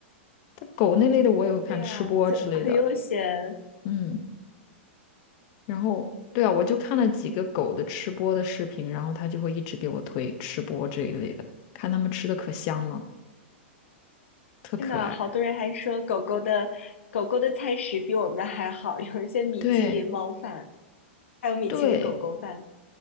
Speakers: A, on the left; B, on the left.
A: 但狗那类的我也会看吃播之类的，
B: 对呀、就很悠闲。
A: 嗯，然后对啊，我就看了几个狗的吃播的视频，然后他就会一直给我推吃播这一类的，看他们吃的可香了，特可爱。
B: 真的，好多人还说狗狗的狗狗的餐食比我们的还好，有一些米其林猫饭，
A: 对
B: 还有米其林狗狗饭。
A: 对，